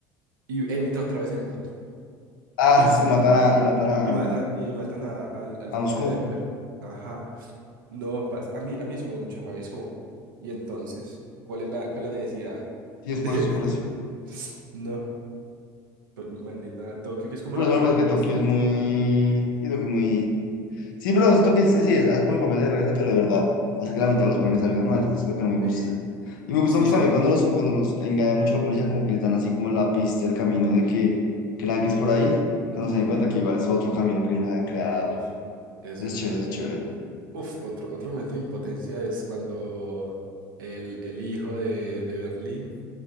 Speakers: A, on the right; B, on the left.
A: y entra otra vez en moto.
B: Ah,
A: No es
B: sí,
A: que.
B: matan a, y matan a,
A: Y matan, y ahí matan a- al, al
B: a
A: papá
B: Moscú.
A: de Denver. Ajá. No, parce, a mí, a mí eso me da mucha rabia. Es como, ¿y entonces? ¿Cuál es la, cuál es la necesidad <laughs>
B: Sí, es
A: de,
B: por eso, es
A: de
B: por
A: to-
B: eso.
A: No, pues, maldita Tokio, que es como
B: Por
A: la
B: eso
A: protagonista.
B: me parece que Tokio es muy... Sí, Tokio es muy... Sí, pero siento que sí, sí, hace como el papel de rebelde, pero de verdad. Hace que la mitad de los planes salgan mal. Es lo que no me gusta.
A: Sí,
B: Y me gusta
A: sí,
B: mucho
A: esa-
B: también cuando los, cuando los engañan mucho a la policía, como que les dan así como la pista, el camino de que crean que es por ahí, cuando
A: ujú.
B: se den cuenta que igual es otro camino que ellos han creado.
A: Uf, es
B: Eso
A: verdad.
B: es chévere, eso es chévere.
A: Uf, otro, otro momento de impotencia es cuando el, el hijo de, de Berlín.